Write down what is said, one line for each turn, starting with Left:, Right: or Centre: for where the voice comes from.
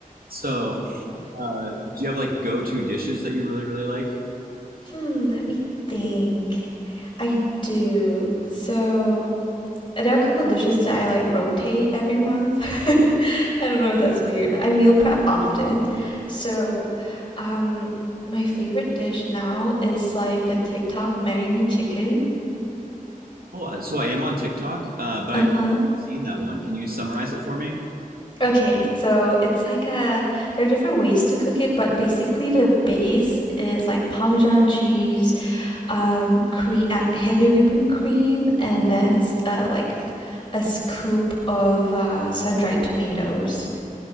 Right: So, uh, do you have like go-to dishes that you really, really like?
Left: Hmm, let me think. I do. So, there are a couple dishes that I like rotate every month. <laughs> I don't know if that's weird. I meal prep often. So, um, my favorite dish now is like the TikTok Marry Me Chicken.
Right: Oh, uh, so I am on TikTok, uh, but
Left: Uh-huh.
Right: I haven't seen that one. Can you summarize it for me?
Left: Okay, so it's like a there are different ways to cook it, but basically the base is like Parmesan cheese, um, cream, uh, heavy whipping cream, and then s- uh, like a scoop of uh, sun-dried tomatoes.